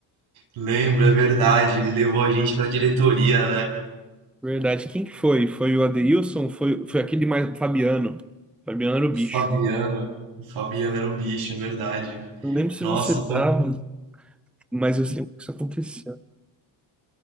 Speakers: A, on the right (about 80°); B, in the centre.
A: Lembro, é verdade. Ele levou a gente pra diretoria, né?
B: Verdade. Quem que foi? Foi o Adeilson? Foi, foi aquele mais Fabiano. Fabiano era o
A: O
B: bicho.
A: Fabiano. O Fabiano era o bicho, é verdade.
B: Não lembro se
A: Nossa,
B: você tava,
A: quanto,
B: mas eu sei que isso aconteceu.